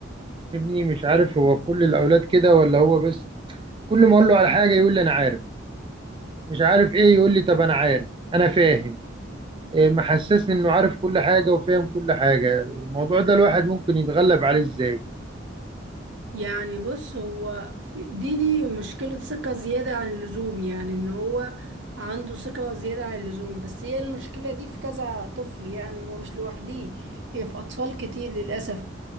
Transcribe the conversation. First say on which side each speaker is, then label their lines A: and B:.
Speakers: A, on the right; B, on the right.
A: ابني مش عارف هو كل الاولاد كده ولا هو بس كل ما اقول له على حاجه يقول لي انا عارف مش عارف ايه يقول لي طب انا عارف انا فاهم إيه محسسني انه عارف كل حاجه وفاهم كل حاجه الموضوع ده الواحد ممكن يتغلب عليه ازاي
B: يعني بص هو في- دي دي مشكلة ثقة زيادة عن اللزوم يعني ان هو عنده ثقة زيادة عن اللزوم بس هي المشكلة دي في كذا طفل يعني هو مش لوحديه هي في أطفال كتير للأسف